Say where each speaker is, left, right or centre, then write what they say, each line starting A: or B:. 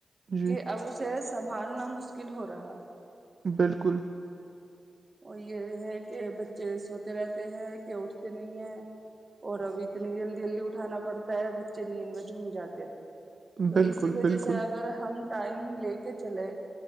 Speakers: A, on the right; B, on the right.
A: جی
B: کہ اب اسے سنبھالنا مشکل ہو رہا ہے
A: بالکل
B: وہ یہ ہے کہ بچے سوتے رہتے ہیں کہ اٹھتے نہیں ہیں اور اب اتنی جلدی جلدی اٹھانا پڑتا ہے بچے نیند میں جھوم جاتے ہیں تو
A: بالکل
B: اسی وجہ
A: بالکل
B: سے اگر ہم ٹائم لے کے چلے